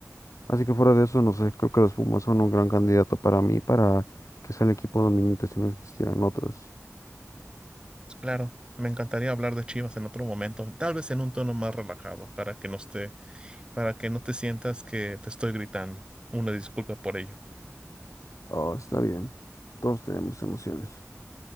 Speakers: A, on the left; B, on the right.
A: Así que fuera de eso, no sé, creo que los Pumas son un gran candidato para mí, para que sea el equipo dominante si no existieran otros.
B: Claro, me encantaría hablar de Chivas en otro momento, tal vez en un tono más relajado, para que no esté, para que no te sientas que te estoy gritando. Una disculpa por ello.
A: Oh, está bien. Todos tenemos emociones.